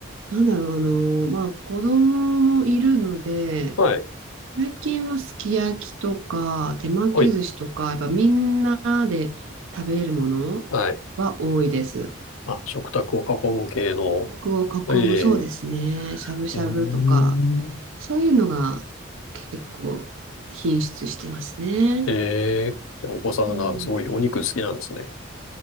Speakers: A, on the right; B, on the left.
A: なんだろう、あの、まあ子供もいるので、
B: はい。
A: 最近はすき焼きとか手巻き寿司とか、
B: はい。
A: やっぱみんなで食べれるものは多いです。
B: はい。あ、食卓を囲む系の。
A: 価格を囲む、
B: ええ。
A: そうですね。しゃぶしゃぶとか、
B: うーん。
A: そういうのが結構品質してますね。
B: ええ。じゃあお子さんがすごいお肉好きなんですね。
A: うん。